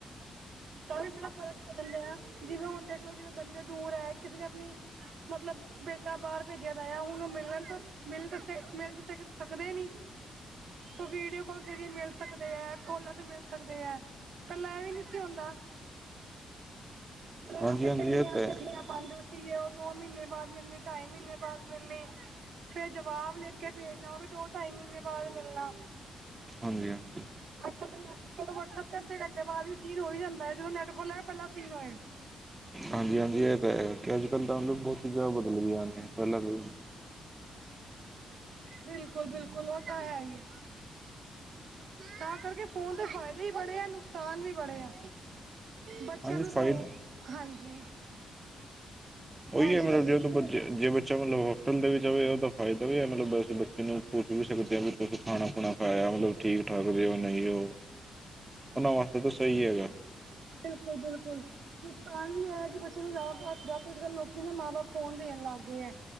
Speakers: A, on the right; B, on the right.
A: ਤਾਂ ਵੀ ਬੜਾ ਫਰਕ ਪੈੈਂਦਾ ਆ। ਜਿਵੇਂ ਹੁਣ ਦੇਖਲਓ ਜਿਵੇਂ ਬੰਦੇ ਦੂਰ ਹੈ। ਕਿਸੇ ਨੇ ਆਪਣੀ ਮਤਲਬ। ਬੇਟਾ ਬਾਹਰ ਭੇਜਿਆ ਦਾ ਆ ਹੁਣ ਮਿਲਣ ਤੋਂ ਮਿਲ ਤੇ ਮਿਲ ਸਕਦੇ ਨੀ। ਉਹ ਵੀਡੀਓ ਕੋਲ ਜਰੀਏ ਮਿਲ਼। ਸਕਦੇ ਹੈ। ਕੋਲਾਂ ਤੇ ਮਿਲ ਸਕਦੇ ਹੈ। ਪਹਿਲਾਂ ਇਹ ਵੀ ਨਹੀਂ ਸੀ ਹੁੰਦਾ। ਹੁਣ
B: ਹਾਂਜੀ
A: ਅੱਗੇ
B: ਹਾਂਜੀ
A: ਚਿੱਠੀਆਂ
B: ਇਹ ਤਾਂ ਹੈ
A: ਚੁਠੀਆ। ਪਾਉਂਦੇ ਸਨ ਉਹ ਦੋ ਮਹੀਨੇ ਬਾਅਦ ਮਿਲਣੀ ਢਾਈ ਮਹੀਨੇ ਬਾਅਦ ਮਿਲਣੀ। ਫੇਰ ਜਵਾਬ ਲਿਖ ਕੇ ਭੇਜਣਾ ਉਹ ਵੀ ਦੋ ਢਾਈ ਮਹੀਨੇ ਬਾਅਦ ਮਿਲਣਾ।
B: ਹਾਂਜੀ ਹਾਂਜੀ।
A: ਅੱਜ ਕੱਲ੍ਹ ਤੇ ਮੈਸਜ ਵੇਖੋ ਵਟਸਐਪ ਤੇ ਘੰਟੇ ਬਾਅਦ ਵੀ ਸੀਨ ਹੋ ਹੀ ਜਾਂਦਾ ਹੈ। ਜਦੋਂ ਨੈੱਟ ਖੋਲਿਆ ਗਿਆ ਪਹਿਲਾਂ ਸੀਨ ਹੋਏਗਾ।
B: ਹਾਂਜੀ ਹਾਂਜੀ ਇਹ ਤਾਂ ਹੈ ਕਿ ਅੱਜ ਕੱਲ੍ਹ ਤਾਂ ਆਮ ਬਹੁਤ ਚੀਜ਼ਾਂ ਬਦਲ ਗਈਆਂ ਨੇ ਪਹਿਲਾਂ ਤੋਂ।
A: ਬਿਲਕੁਲ ਬਿਲਕੁਲ ਉਹ ਤਾਂ ਹੈ ਹੀ। ਤਾਂ ਕਰਕੇ ਫੋਨ ਦੇ ਫ਼ਾਇਦੇ ਵੀ ਬੜੇ ਆ ਨੁਕਸਾਨ ਵੀ ਬੜੇ ਆ। ਬੱਚਿਆਂ
B: ਹਾਂਜੀ
A: ਨੂੰ
B: ਫਾਇਦ
A: ਦਿੳ ਹਾਂਜੀ।
B: ਉਹੀ
A: ਹਾਂਜੀ
B: ਹੈ ਮਤਲਬ
A: ਦੱਸ
B: ਜਦੋਂ ਤੋਂ ਬੱਚੇ ਜਿਵੇਂ। ਬੱਚਾ ਮਤਲਬ ਹੋਸਟਲ ਦੇ ਵਿੱਚ ਜਾਵੇ ਉਹਦਾ ਫਾਇਦਾ ਵੀ ਹੈ ਮਤਲਬ ਅਸੀਂ ਬੱਚੇ ਨੂੰ ਪੁੱਛ ਵੀ ਸਕਦੇ ਹਾਂ ਵੀ ਤੁਸੀਂ ਖਾਣਾ ਖੁਣਾ ਖਾਇਆ ਮਤਲਬ। ਠੀਕ ਠਾਕ ਦਿਓ ਨਹੀਂ ਉਹ ਉਹਨਾਂ ਵਾਸਤੇ ਤਾਂ ਸਹੀ ਹੈਗਾ।
A: ਬਿਲਕੁਲ- ਬਿਲਕੁਲ ਨੁਕਸਾਨ ਵੀ ਇਹ ਕਿ ਬੱਚੇ ਨੂੰ ਆਪ ਜਾਕਰ ਲੋਕੀ ਨਾ ਮਾਂ ਬਾਪ ਫੋਨ ਦੇਣ ਲੱਗ ਗਏ ਹੈ